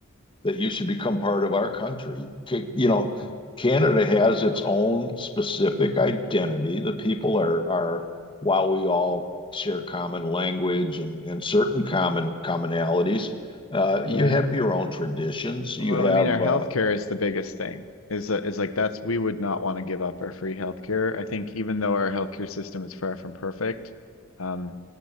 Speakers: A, on the left (about 25°); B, on the left (about 75°).
A: that you should become part of our country. Ca- You know,
B: Yeah.
A: Canada has its own specific identity. The people are are while we all share common language and and certain common commonalities, uh, you
B: Yeah.
A: have your own traditions.
B: Well,
A: You have
B: I mean, our healthcare
A: uh,
B: is the biggest thing. Is uh, is like that's we would not want to give up our free healthcare. I think even though our healthcare system is far from perfect, um,